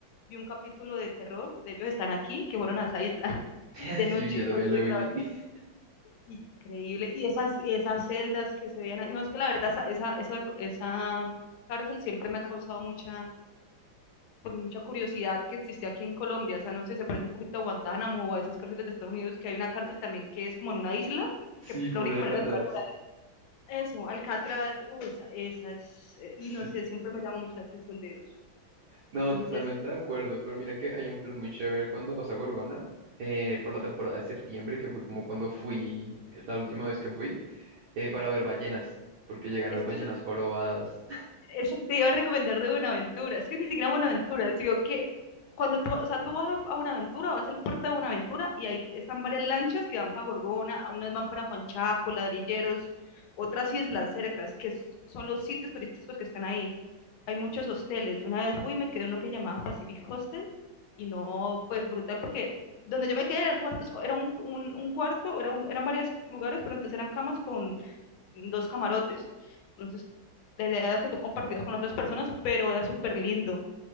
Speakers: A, on the left; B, on the right.
A: vi un capítulo de terror, de ellos están aquí, que fueron a esa isla <laughs>
B: <laughs>
A: de
B: Sí,
A: noche,
B: yo también
A: pues, de
B: lo
A: grabar.
B: vi. <laughs>
A: increíble, y esas, esas celdas que se veían ahí, no, es que la verdad, esa, esa, esa, esa cárcel siempre me ha causado mucha, pues, mucha curiosidad que existe aquí en Colombia. O sea, no sé, se parece un poquito a Guantánamo o a esas cárceles de Estados Unidos, que hay una cárcel también que es como en una isla,
B: Sí,
A: que
B: full
A: la única
B: Alcatraz.
A: manera de entrar por ahí. Eso, Alcatraz, uh, esas, esas, y
B: Sí.
A: no sé, siempre me llama mucho la atención de ellos.
B: No,
A: Entonces,
B: totalmente de acuerdo, pero mira que hay un plan muy chévere cuando vas a Gorgona, eh, por la temporada de septiembre, que fue como cuando fui, eh, la última vez que fui, eh, para ver ballenas, porque llegan
A: es
B: las ballenas
A: que
B: jorobadas.
A: eso te iba a recomendar de Buenaventura. Es que ni siquiera Buenaventura, digo que cuando tú, o sea, tú vas a Buenaventura, vas al puerto de Buenaventura y ahí están varias lanchas que van para Gorgona, unas van para Juan Chaco, Ladrilleros, otras islas cercas, que son los sitios turísticos que están ahí hay muchos hosteles. Yo una vez fui y me quedé en uno que llamaba Pacific Hostel y no, pues brutal, porque donde yo me quedé eran cuartos, era un, un, un cuarto, era un, eran varios lugares, pero entonces eran camas con dos camarotes. Entonces, la idea era que tú compartías con otras personas, pero era súper lindo.